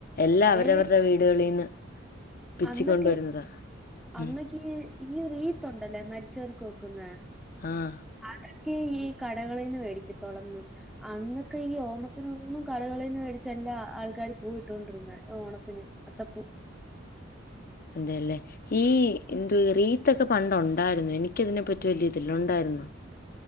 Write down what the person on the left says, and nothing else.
എല്ലാ അവരവരുടെ
വീടുകളീന്ന് പിച്ചി
കൊണ്ടുവരുന്നതാ
ഉം.
ആഹ്
അതേല്ലേ ഈ എന്തുവാ റീത്തൊക്കെ പണ്ടൊണ്ടാരുന്നൊ എനിക്കതിനെപ്പറ്റി വലിയ ഇതില്ല ഒണ്ടാരുന്നോ